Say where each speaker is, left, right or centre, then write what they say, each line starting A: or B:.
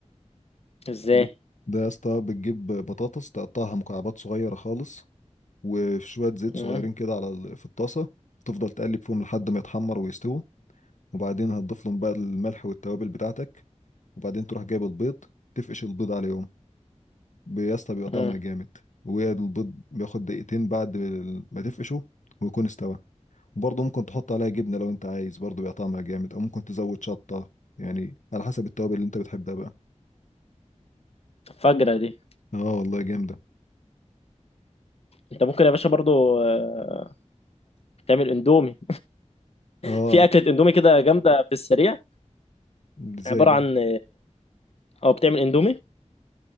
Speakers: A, on the left; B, on the left.
A: ازاي
B: ب- ده يا اسطى بتجيب بطاطس تقطعها مكعبات صغيره خالص وشويه زيت
A: مم،
B: صغيرين كده على ال- في الطاسه تفضل تقلب فيهم لحد ما يتحمر ويستوي وبعدين هتضيف لهم بقى الملح والتوابل بتاعتك وبعدين تروح جايب البيض تفقش البيض عليهم يا اسطى بيبقى طعمها
A: مم.
B: جامد والبيض بياخد دقيقتين بعد ما تفقشه ويكون استوى وبرضه ممكن تحط عليها جبنة لو انت عايز برضه بيبقى طعمها جامد او ممكن تزود شطة يعني على حسب التوابل اللي انت بتحبها بقى
A: فجرة دي
B: اه والله جامدة
A: انت ممكن يا باشا برضو آه، تعمل اندومي
B: اه
A: في اكله اندومي كده جامده في السريع
B: ازاي
A: عباره
B: بقى
A: عن اه بتعمل اندومي